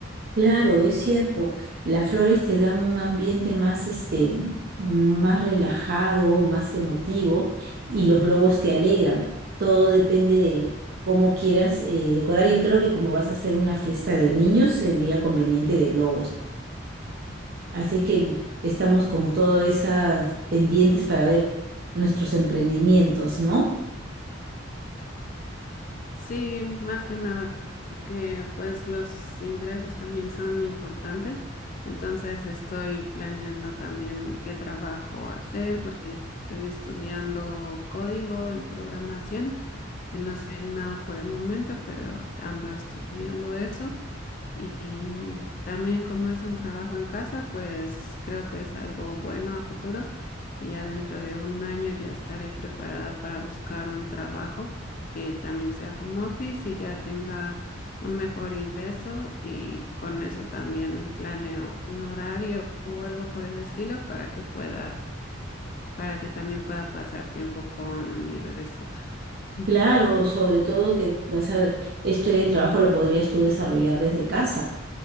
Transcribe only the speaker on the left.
Sí, más que nada, porque pues los ingresos también son importantes. Entonces estoy planeando también qué trabajo hacer porque estoy estudiando código en programación, que no sé nada por el momento, pero ando estudiando eso. Y, y también como es un trabajo en casa, pues creo que es algo bueno a futuro y ya dentro de un año ya estaré preparada para buscar un trabajo que también sea home office y ya tenga un mejor ingreso y con eso también planeo un horario o algo por el estilo para que pueda, para que también pueda pasar tiempo con mi bebesota. <laughs>